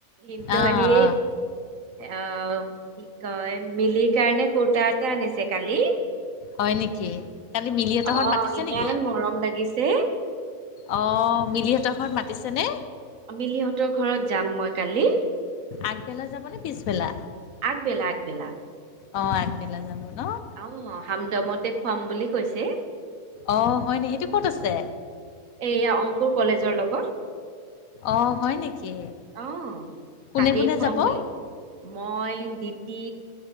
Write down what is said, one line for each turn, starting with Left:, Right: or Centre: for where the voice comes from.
Right: ভিনদ'
Left: অ
Right: আহি
Left: অ
Right: আহ কি কয় মিলি কাৰণে কুৰ্তা এটা আনিছে কালি।
Left: হয় নেকি? কালি মিলিহঁতৰহত
Right: অ
Left: মাতিছে
Right: ইমান
Left: নেকি
Right: মৰম লাগিছে
Left: অ মিলিহঁতৰ। ঘৰত মাতিছে নে।
Right: মিলিহঁতৰ ঘৰত যাম মই কালি।
Left: আগবেলা যাব নে পিছবেলা?
Right: আগ বেলা, আগ বেলা
Left: অ আগবেলা যাব ন
Right: অহ হামদমতে দেখুৱাম বুলি কৈছে।
Left: অহ হয়নিকি, সেইটো কত আছে?
Right: এইয়া অংকুৰ কলেজৰ লগত
Left: অ হয় নেকি,
Right: অহ
Left: কোনে
Right: তাতেই
Left: কোনে
Right: খুৱাম
Left: যাব?
Right: বুলি মই দিতি